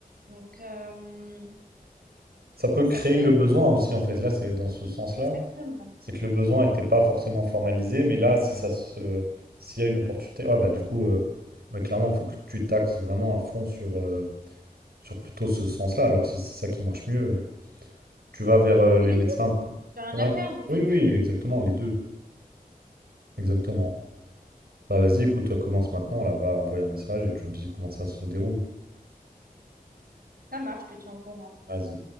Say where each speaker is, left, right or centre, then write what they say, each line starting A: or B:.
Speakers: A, on the right (about 70°); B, on the right (about 90°).
A: Donc euh,
B: Ça peut
A: donc
B: créer
A: ça peut être
B: le besoin aussi, en fait. Là, c'est dans ce sens-là.
A: exactement.
B: C'est que le besoin n'était pas forcément formalisé, mais là, si ça se... s'il y a une opportunité, ouais, bah du coup, euh, ouais, clairement, il faut que tu taxes vraiment à fond sur. euh, sur plutôt ce sens-là. Alors, si c'est ça qui marche mieux, tu vas vers euh, les
A: Les
B: médecins.
A: deux, j'ai rien
B: Ouais.
A: à perdre au final.
B: Oui, oui, exactement, les deux. Exactement. Bah, vas-y, écoute, commence maintenant, là, va envoyer un message et tu me dis comment ça se déroule.
A: Ça marche, je te tiens au courant.
B: Vas-y.